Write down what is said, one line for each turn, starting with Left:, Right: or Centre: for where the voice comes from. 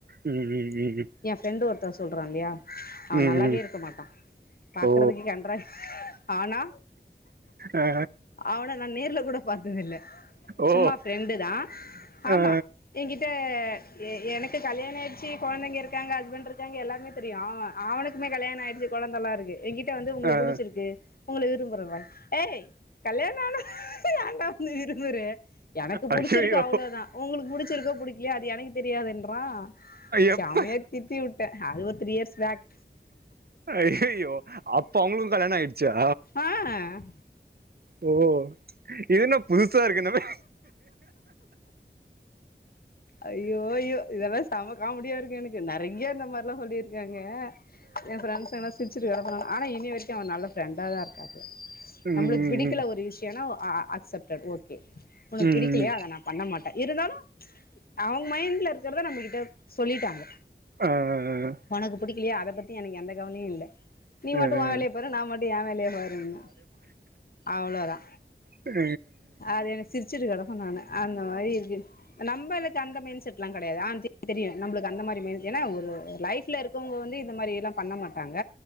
Right: ம் ம் ம் ம்
Left: என் ஃப்ரெண்டு ஒருத்தர் சொல்றா இல்லையா அவ
Right: ம் ம்
Left: நல்லாவே
Right: ம்
Left: இருக்க மாட்டா பாக்றதுக்கு
Right: ஓ
Left: கண்றா ஆனா
Right: ஆ
Left: அவன நா நேர்ல கூட பாத்ததேல்ல
Right: ஓ
Left: சும்மா ஃப்ரெண்டு தான் ஆமா
Right: ஆ
Left: என்கிட்ட எ எனக்கு கல்யாணம் ஆயடுச்சு கொழந்தைங்க இருக்காங்க ஹஸ்பண்ட் இருக்காங்க எல்லாமே தெ ரியு அவன் அவனுக்குமே கல்யாணம் ஆயிடுச்சு கொழந்தைல்லாம் இருக்கு எங்கிட் ட வந்து உங்கள
Right: ஆ
Left: புடிச்சிருக்கு உங்கள விரும்புற நா ஏய் கல்யாணம் ஆன ஏண்டா நீ விரும்புற எனக்கு
Right: ஐயையோ
Left: புடிச்சிருக்கு அவ்வளோதான் உங்களுக்கு புடிச்சிருக்கோ புடிக்கலையா அது எனக்கு தெரியாதுன்றா
Right: எப்ப
Left: சமையா திட்டி விட்டன் அது ஒரு த்ரீ இயர்ஸ் பேக்
Right: ஐயோயோ அப்ப அவுங்களுக்கு கல்யாணம் ஆயிடுச்சா
Left: ஆ
Right: ஓ இதுன புதுசா இருக்குனமே
Left: ஐயோ ஐயோ இதெல்லாம் செம காமெடியா இருக்கு எனக் கு நிறைய இந்த மாதிரிலாம் சொல்லியிருக்காங்க என் ஃப்ரண்ட்ஸ் எல்லாம் சிரிச்சுட்டு கெட்க்காங்க ஆனா இனி வரைக் கு அவர் நல்ல ஃப்ரெண்டா தான் இருக்காப்புல
Right: ம்
Left: நம்மளுக்கு பிடிக்கல ஒரு விஷ யொ அ அ அக்சப்டட் ஓகே உனக்கு
Right: ம்
Left: பிடிக்கலையா அத நா பண்ண மாட்டேன் இருந்தாலும் அவுங்க மைண்ட்ல இருக்கிறத நம்மகிட்ட சொல்லிட்டாங்க
Right: ஆ ஆ
Left: உனக்கு பிடிக்கலையா அத பத்தி எனக்கு எந்த கவலையும் இல்ல நீ மட்டு
Right: என்
Left: ஒ வேலய பாரு நா மட்டு எ வேலய பாரும்பா அவ்ளோதா
Right: அ
Left: அது எனக்கு சிரிச்சுட்டு கெடப்பே நானு அந்த மாரி இருக்கு நம்மளுக்கு அந்த மெய்ன் செட்லா கெடயாது ஆனந்திக் தெரியும் நம்மளுக்கு அந்த மாரி ம ஏன்னா ஒரு லைஃப்ல இருக்கவங்க வந்து இந்த மாரியல்லா பண்ண மாட்டாங்க